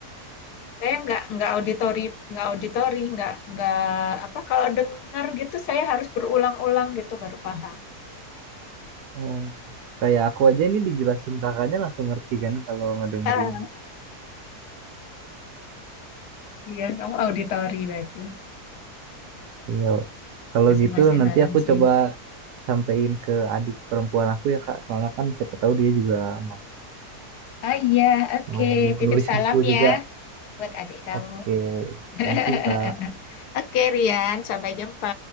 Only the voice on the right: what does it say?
Oh. Kayak aku aja ini dijelasin kakaknya langsung ngerti kan kalau ngedengerin
gitu.
Iya. Wak. Kalau
gitu nanti
aku
coba sampein ke adik perempuan aku ya Kak. Soalnya kan siapa tahu dia juga mau,
mau
nulis
buku juga.
Oke,
Thank you Kak.